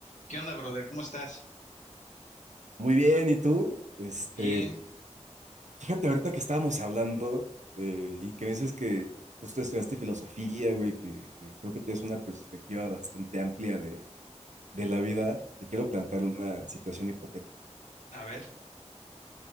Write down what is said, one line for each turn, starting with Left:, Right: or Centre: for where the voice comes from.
Left: ¿Qué onda, brother? ¿Cómo estás?
Right: Muy bien, ¿y tú? Este,
Left: Bien.
Right: fíjate ahorita que estábamos hablando eh, y que me dices que justo estudiaste filosofía, güey, que, que creo que tienes una perspectiva bastante amplia de, de la vida. Te quiero plantear una situación hipotética.
Left: A ver.